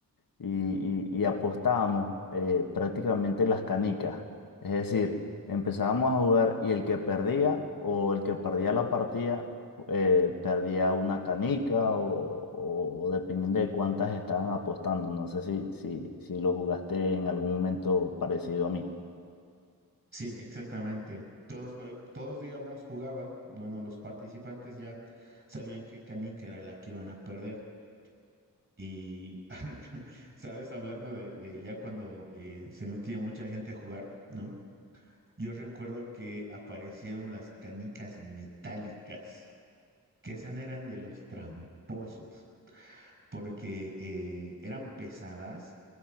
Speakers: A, on the left; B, on the right.
A: y, y- y apostábamos eh, prácticamente las canicas. Es decir, empezábamos a jugar y el que perdía o el que perdía la partida eh, perdía una canica o, o- o dependiendo de cuántas estaban apostando. No sé si, si, si lo jugaste en algún momento parecido a mí.
B: Sí, exactamente. Todos, pa- todos, digamos, jugaban. Bueno, los participantes ya sabían qué canica era la que iban a perder. Y, <laughs> ¿sabes? Hablando de, de ya cuando eh, se metía mucha gente a jugar, ¿no? Yo recuerdo que aparecieron las canicas metálicas, que esas eran de los tramposos, porque eh, eran pesadas